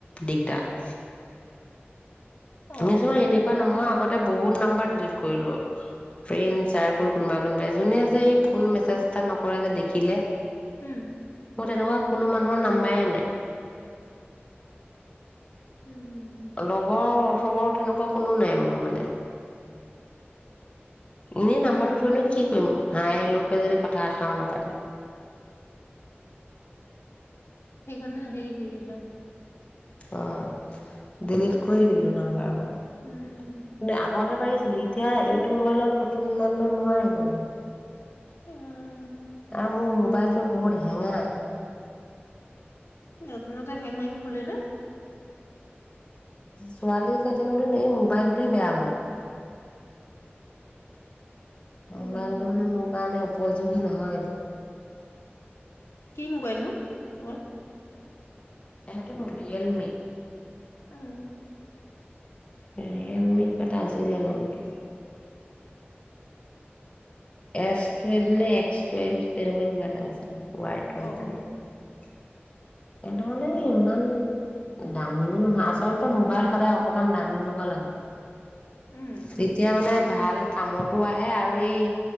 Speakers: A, on the left (about 30°); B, on the left (about 80°).
A: দিগদাৰ,
B: অ
A: নিছো মই এনেকুৱা নামই আগত <unintelligible> বহুত নাম্বাৰ ডিলিট কৰিলো ফ্ৰেন্ড চাৰক'ল কোনোবাই কোনোবাই যোনে যে এই ফোন মেছেজ এটা নকৰে যে দেখিলে
B: উম!
A: অ' তেনেকুৱা কোনো মানুহৰ নাম্বাৰে নাই
B: <inaudible>
A: লগৰ চহৰ তেনেকুৱা কোনো নাই মানে? এনে
B: উম
A: নাম্বাৰ
B: উম
A: টো থৈ নো কি কৰিম মই হাই হেল্ল' কে যদি কথা এবাৰো না পাতে
B: সেইকাৰনে হেৰী কৰিলা,
A: অহ! দেলেটে
B: উম
A: কৰি দিলোঁ নাম্বাৰ আকৌ আগত
B: উম, উম।
A: আগতে পৰিছিলোঁ এতিয়া এইটো নতুন মোবাইল নোৱাৰি।
B: উম!
A: আৰু মোৰ মোবাইল টো বহুত হেংগাই,
B: নতুনতে হেং মাৰিব হলেই না
A: ছোৱালী চাই থাকিলে নে এই মোবাইল টোৱে বেয়া,
B: উম,
A: মোবাইল টো মোৰ কাৰণে, উপযোগী নহয়।
B: কি মোবাইল নো তোমাৰ,
A: এইটো মোৰ ৰিয়েল মি।
B: উম।
A: ৰিয়েল মি কিবা এটা আছিলে নাম টো। এছ টোৱেলভ নে এষ্ক টোৱেলভ নে তেনেকুৱা কিবা এটা আছিলে। ওৱাই
B: অ',
A: টোৱেলভ। এইটো মানে ইমান দামী নহয়। আচলতে সদায় অকণমান দামী লব লাগে।
B: উম,
A: তেতিয়া মানে ভাল কামটো আহে আৰু ই